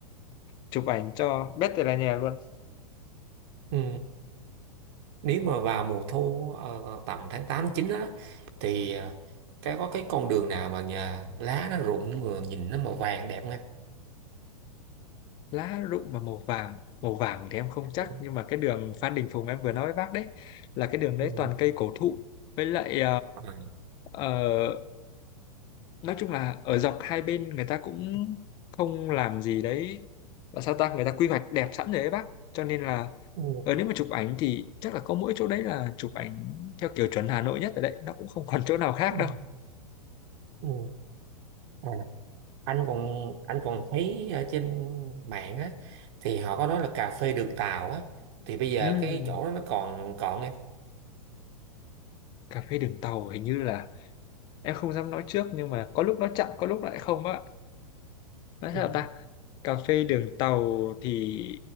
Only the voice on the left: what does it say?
chụp ảnh cho bét từ là nhà luôn.
Lá rụng mà màu vàng, màu vàng thì em không chắc
nhưng mà cái đường Phan Đình Phùng em vừa nói với bác đấy là cái đường đấy
toàn cây cổ thụ với lại
uh, nói chung là ở dọc hai bên người ta cũng không làm gì đấy và sao ta người ta quy hoạch đẹp sẵn rồi ấy bác cho nên là
ở nếu mà chụp ảnh thì chắc là có mỗi chỗ đấy là chụp ảnh theo kiểu chuẩn Hà Nội nhất ở đấy nó cũng không còn chỗ nào khác
đâu
Ừm,
cà phê đường tàu hình như là em không dám nói trước nhưng mà có lúc nó chậm có lúc lại không bác ạ nói
sao ta cà phê đường tàu thì